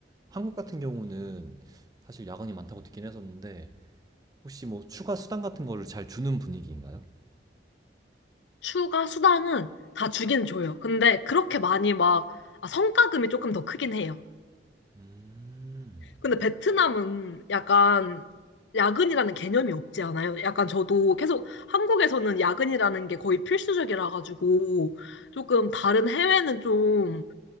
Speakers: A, on the right; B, on the left.
A: 한국 같은 경우는 사실 야근이 많다고 듣긴 했었는데 혹시 뭐 추가 수당 같은 거를 잘 주는 분위기인가요?
B: 휴가 수당은 다 주긴 줘요. 근데 그렇게 많이 막 아, 성과금이 조금 더 크긴 해요.
A: 음,
B: 근데 베트남은 약간 야근이라는 개념이 없지 않아요? 약간 저도 계속 한국에서는 야근이라는 게 거의 필수적이라 가지고 조금 다른 해외는 좀